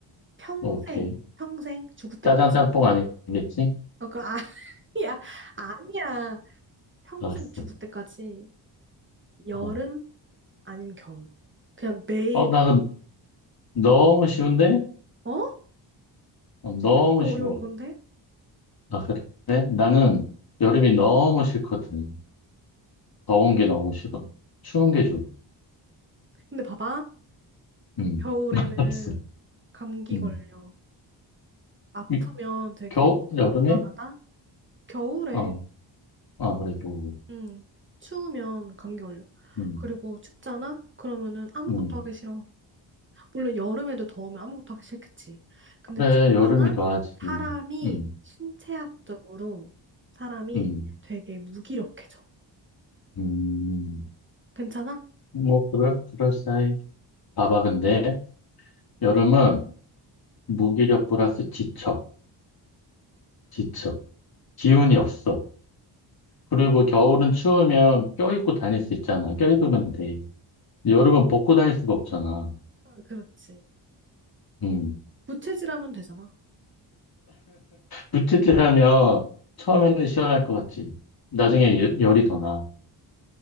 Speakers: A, on the right; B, on the left.
A: 평생,
B: 오케이.
A: 평생 죽을 때까지.
B: 짜장 짬뽕 아니겠지?
A: 어, 그 아니야, <laughs> 아니야. 평생
B: 알았어.
A: 죽을 때까지 여름
B: 어.
A: 아니면 겨울. 그냥 매일.
B: 어, 나 그- 너무 쉬운데?
A: 어?
B: 어, 너무
A: 이거
B: 쉬워.
A: 어려운 건데?
B: 아, 그래? 나는 여름이 너무 싫거든. 더운 게 너무 싫어. 추운 게 좋아.
A: 근데 봐봐.
B: 응,
A: 겨울에는
B: 알았어.
A: 감기
B: 응.
A: 걸려. 아프면
B: 이-
A: 되게
B: 겨우? 여름에?
A: 불안하다. 겨울에
B: 어, 아, 그래, 겨울.
A: 응, 추우면 감기 걸려.
B: 응,
A: 그리고 춥잖아? 그러면은 아무것도
B: 응.
A: 하기 싫어. 물론 여름에도 더우면 아무것도 하기 싫겠지. 근데
B: 그래,
A: 춥잖아?
B: 여름이 더 하지. 응,
A: 사람이
B: 응,
A: 신체학적으로 사람이
B: 응,
A: 되게 무기력해져.
B: 응.
A: 괜찮아?
B: 뭐, 그럴, 그럴싸해. 봐봐, 근데. 여름은 무기력 플러스 지쳐, 지쳐. 기운이 없어. 그리고 겨울은 추우면 껴입고 다닐 수 있잖아. 껴입으면 돼. 여름은 벗고 다닐 수가 없잖아.
A: 어, 그렇지.
B: 음.
A: 부채질하면 되잖아.
B: 불치질하면 처음에는 시원할 것 같지. 나중에 열- 열이 더 나.